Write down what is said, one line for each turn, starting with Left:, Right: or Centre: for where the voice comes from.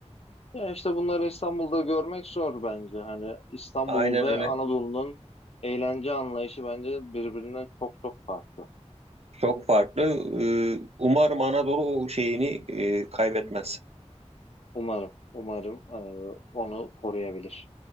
Left: Ya işte bunları İstanbul'da görmek zor bence. Hani İstanbul
Right: Aynen
Left: ve
Right: öyle.
Left: Anadolu'nun eğlence anlayışı bence birbirinden çok çok farklı.
Right: Çok farklı. Ee, Umarım Anadolu o şeyini e, kaybetmez.
Left: Umarım, umarım eee, onu koruyabilir.